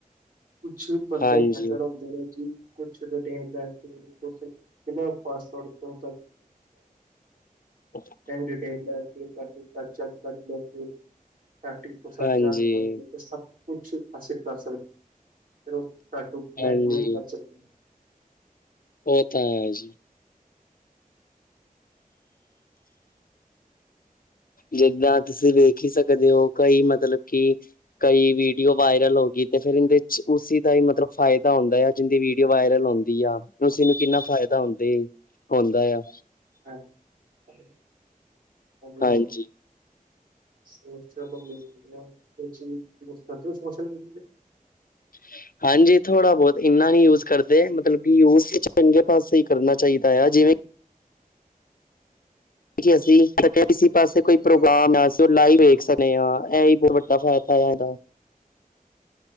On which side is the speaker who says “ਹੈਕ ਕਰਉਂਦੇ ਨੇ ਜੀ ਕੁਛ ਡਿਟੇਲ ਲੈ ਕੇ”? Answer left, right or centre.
Right